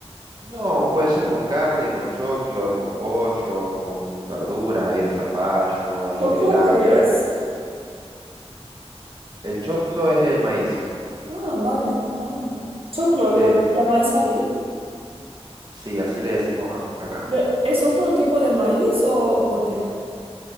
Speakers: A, on the right; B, on the right.
A: No, puede ser con carne, con choclo, con pollo, con verduras, hay de zapallo, hay
B: ¿Choclo
A: integrales.
B: qué
A: hay-
B: es?
A: El choclo es el maíz,
B: Ah, vale. Ah. ¿Choclo
A: así
B: lo
A: le decimos.
B: llamáis ahí?
A: Sí, así le decimos a- acá.
B: ¿Pero es otro tipo de maíz o, o por qué?